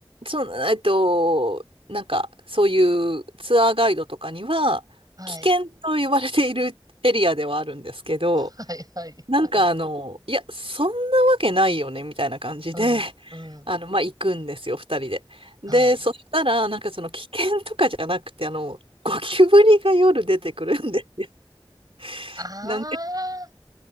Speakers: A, on the right; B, on the right.
A: その、えっと、なんか、そういうツアーガイドとかには、
B: はい。
A: 危険と言われているエリアではあるんですけど、
B: はいはいはい。
A: なんかあの、いや、そんなわけないよね、みたいな感じで、
B: うんうん。
A: <laughs> あの、まあ、行くんですよ、二人で。
B: はい。
A: で、そしたら、なんかその危険とかじゃなくて、あの、
B: うん
A: ゴキブリが夜出てくるんですよ。
B: ああ、
A: <laughs> なんか、